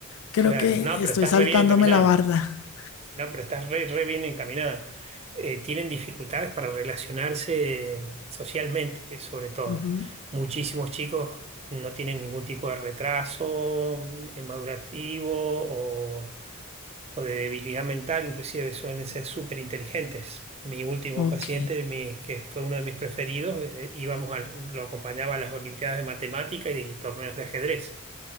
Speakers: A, on the left; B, on the right.
A: creo
B: claro.
A: que
B: No, pero
A: estoy
B: estás
A: saltándome
B: re bien encaminada.
A: la barda.
B: No, pero estás re, re bien encaminada. Eh, tienen dificultades para relacionarse socialmente, eh, sobre todo.
A: Ujú.
B: Muchísimos chicos no tienen ningún tipo de retraso mm, eh, madurativo o, o de debilidad mental, inclusive suelen ser súper inteligentes. Mi último
A: Ok,
B: paciente, mi- que fue uno de mis preferidos, eh, íbamos al- lo acompañaba a las Olimpiadas de Matemática y torneos de ajedrez